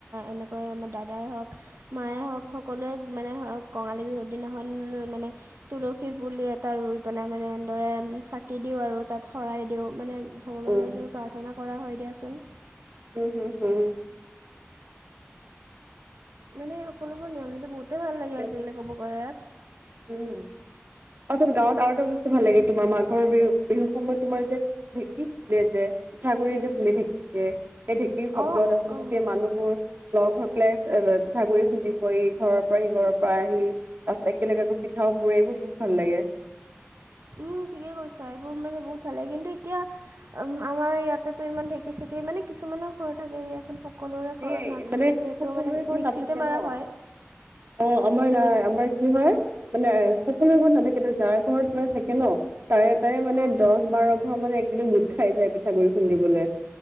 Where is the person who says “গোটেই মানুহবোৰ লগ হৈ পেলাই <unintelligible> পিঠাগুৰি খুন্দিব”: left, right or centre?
Right